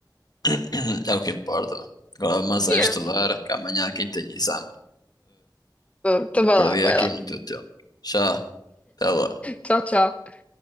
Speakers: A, on the left; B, on the left.
A: <clears throat> É o que importa. não? Agora, mas
B: Yeah.
A: é estudar, que amanhã aqui tem exame.
B: Bom, Então vai
A: perdi
B: lá, vai
A: aqui
B: lá.
A: muito tempo. Tchau. Até lá.
B: Tchau, tchau.